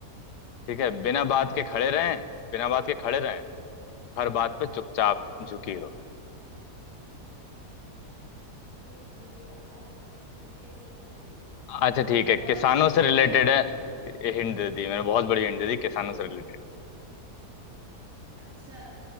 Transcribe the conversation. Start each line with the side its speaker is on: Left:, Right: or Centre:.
Left: ठीक है बिना
Right: अच्छा
Left: बात के खड़े रहें बिना बात के खड़े रहें हर बात पे चुपचाप झुकी हो
Right: अरे ये क्या है यार ये कैसी पहेली है
Left: अच्छा ठीक
Right: आ,
Left: है किसानों
Right: ऐसी
Left: से रिलेटेड
Right: कोई
Left: है
Right: हाँ
Left: हिंट दे दी मैंने बहुत बड़ी हिंट दे दी किसानों से रिलेटेड
Right: अच्छा